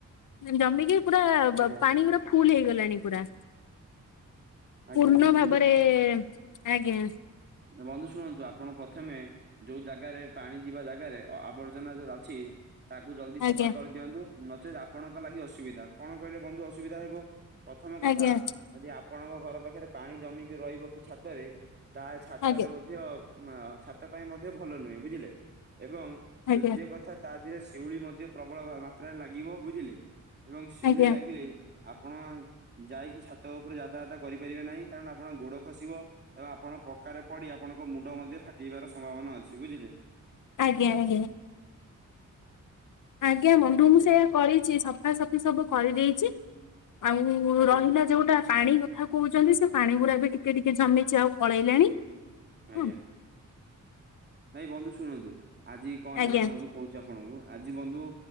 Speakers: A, on the left; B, on the right.
A: ଜମିକି ପୁରା
B: ଆଜ୍ଞା
A: ପାଣି ପୁରା ଫୁଲ ହେଇଗଲାଣି ପୁରା।
B: ଆଜ୍ଞା
A: ପୂର୍ଣ
B: ବନ୍ଧୁ
A: ଭାବରେ ଆଜ୍ଞା।
B: ନା ବନ୍ଧୁ ଶୁଣନ୍ତୁ ଆପଣ ପ୍ରଥମେ ଯୋଉ ଜାଗାରେ ପାଣି ଯିବା ଜାଗାରେ ଆବର୍ଜନା ଯଉ ଅଛି ତାକୁ ଜଲଦି ସଫା
A: ଆଜ୍ଞା
B: କରିଦିଅନ୍ତୁ। ନଚେତ୍ ଆପଣଙ୍କ ଲାଗି ଅସୁବିଧା। କଣ କହିଲେ ବନ୍ଧୁ ଅସୁବିଧା ହେବ? ପ୍ରଥମ କଥା
A: ଆଜ୍ଞା
B: ଯଦି ଆପଣଙ୍କ ଘର ପାଖରେ ପାଣି ଜମିକି ରହିବ ପ ଛାତରେ ତା ଛାତରେ
A: ଆଜ୍ଞା
B: ମଧ୍ୟ ମା ଆ ଛାତ ପାଇଁ ମଧ୍ୟ ଭଲ ନୁହେଁ ବୁଝିଲେ ଏବଂ
A: ଆଜ୍ଞା
B: ଦ୍ଵିତୀୟ କଥା ତା ଦେହରେ ଶିଉଳି ମଧ୍ୟ ପ୍ରବଳ ମା ମାତ୍ରାରେ ଲାଗିବ ବୁଝିଲେ? ଏବଂ ଶିଉଳି
A: ଆଜ୍ଞା
B: ଲାଗିଲେ ଆପଣ ଯାଇକି ଛାତ ଉପରେ ଗାଧାୟତା କରିପାରିବେ ନାହିଁ କାରଣ ଆପଣଙ୍କ ଗୋଡ ଖସିବ। ଏବଂ ଆପଣ ପକ୍କାରେ ପଡି ଆପଣଙ୍କ ମୁଣ୍ଡ ମଧ୍ୟ ଫାଟିଯିବାର ସମ୍ଭାବନା ଅଛି ବୁଝିଲେ।
A: ଆଜ୍ଞା ଆଜ୍ଞା। ଆଜ୍ଞା
B: ତ
A: ବନ୍ଧୁ ମୁଁ
B: ସେ
A: ସେୟା କରିଚି। ସଫାସଫି ସବୁ କରିଦେଇଚି। ଆଉ
B: ଆଜ୍ଞା
A: ରହିଲା ଯୋଉଟା ପାଣି କଥା କହୁଚନ୍ତି ସେ ପାଣି ଗୁଡା ବି ଟିକେ ଟିକେ ଜମିଚି ଆଉ ପଳେଇଲାଣି।
B: ଆଜ୍ଞା।
A: ହଁ
B: ନାଇଁ ବନ୍ଧୁ ଶୁଣନ୍ତୁ ଆଜି କଣ
A: ଆଜ୍ଞା
B: ହେଲା ବନ୍ଧୁ କହୁଚି ଆପଣଙ୍କୁ ଆଜି ବନ୍ଧୁ